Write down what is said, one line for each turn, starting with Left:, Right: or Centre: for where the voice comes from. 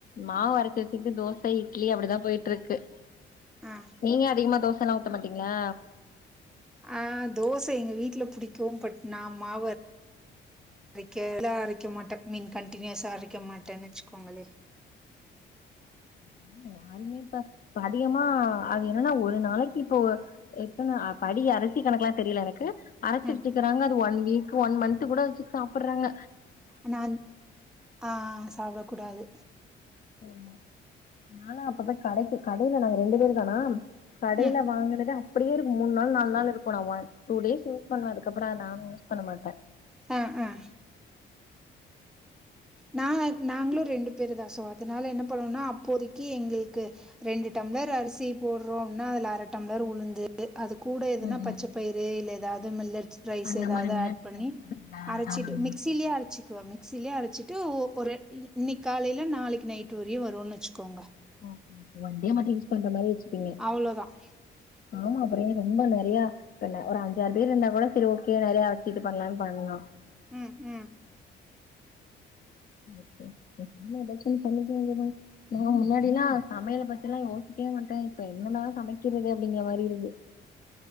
Left: மாவு அரச்சு வச்சுக்ட்டு தோச இட்லி அப்டிதா போயிட்ருக்கு
Centre: ஆ
Left: நீங்க அதிகமா தோச எல்லா ஊத்த மாட்டிங்ளா
Centre: ஆ தோச எங்க வீட்ல புடிக்கு பட் நா மாவு அரைக்கா லா அரைக்க மாட்டே ஐ மீன் கன்டின்யூஸா அரைக்க மாட்டேன் வச்சுக்கோங்களே
Left: உண்மையவா உண்மேதா ப்ப அதிகமா அது என்னனா ஒரு நாளைக்கு இப்போ எத்தன படி அரிசி கணக்கு லா தெரில எனக்கு அரைச்சி
Centre: ம்
Left: வச்சிகறாங்க அது ஒன் வீக் ஒன் மன்த்து கூட வச்சி சாப்படறாங்க
Centre: ஆனா அந் ஆ சாப்ட கூடாது
Left: ஆமா நாலா அப்பப்ப கடைக்கு கடைல நாங்க ரெண்டு பேரு தானா கடையில
Centre: ம்
Left: வாங்குனத அப்டியே இருக்கு மூனு நாள் நாலு நாள் இருக்கு நா ஒன் டூ டேஸ் யூஸ் பண்ணுவ அதுக்கப்புற நானு யூஸ் பண்ண மாட்ட
Centre: ம் ம் நாங்க நாங்ளு ரெண்டு பேரு தா சோ அதுனால என்ன பண்ணுவனா அப்போதைக்கி எங்ளுக்கு ரெ ரெண்டு டம்ளர் அரிசி போடறோம்னா அதுல அர டம்ளர் உளுந்து அது கூட எதுனா
Left: ம்
Centre: பச்ச
Left: ம்
Centre: பயிறு இல்ல எதாது மில்லட்ஸ் ரைஸ்
Left: அந்த
Centre: எதாது
Left: மாரி மில்லட்ஸ்
Centre: ஆட் பண்ணி
Left: ட்ரை பண்ணிருக்கீங்களா
Centre: அரைச்சிட்டு
Left: ஆ
Centre: மிக்சிலயே அரைச்சி க்வ மிக்சிலயே அரைச்சிட்டு ஒ ஒரு இன்னி இன்னைக் காலைல நாளைக் நைட்டு வரையு வருன் வச்சுக்கோங்க
Left: ஓகே ஓகே ஒண்டே மட்டு யூஸ் பண்ற மாரி வச்சுப்பிங்க
Centre: அவ்ளோதான்.
Left: ஆமா ஒரே ரொம்ப நறையா என்ன ஒரு அஞ்சாறு பேர் இருந்தா கோட செரி ஓகே நறைய அரைச்சு இது பண்லான் பண்லா
Centre: ம் ம்
Left: ஓகே ஓகே ஆமா எதாச்சு ஒன்னு பண்ணிக்க வேண்டிதா நா முன்னாடிலா சமையல பத்திலா யோசிக் கவே மாட்ட இப்ப என்னடா சமைக்கிறது அப்டிங்ற மாரி இருக்கு